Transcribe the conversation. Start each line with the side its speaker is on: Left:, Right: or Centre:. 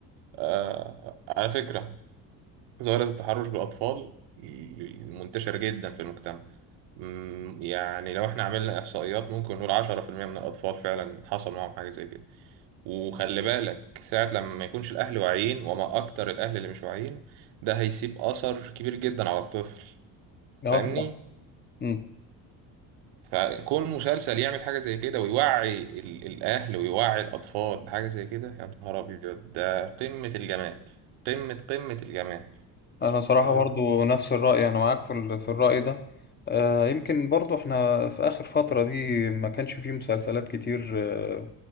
Right: آه على فكرة ظاهرة التحرش بالأطفال منتشر جدا في المجتمع مم، يعني لو احنا عملنا إحصائيات ممكن نقول 10% من الأطفال فعلا حصل معاهم حاجة زي كده وخلي بالك ساعة لما ما يكونش الأهل واعيين وما أكتر الأهل اللي مش واعيين ده هيسيب أثر كبير جدا على الطفل
Left: اه
Right: فاهمني؟
Left: طبعا امم
Right: فكون مسلسل يعمل حاجة زي كده ويوعي ال- الأهل ويوعي الأطفال بحاجة زي كده يا نهار أبيض ده قمة الجمال قمة قمة الجمال
Left: انا صراحه
Right: تمام
Left: برضو نفس الراي انا معاك في ال- في الراي ده آه يمكن برضو احنا في اخر فتره دي ما كانش فيه مسلسلات كتير آه،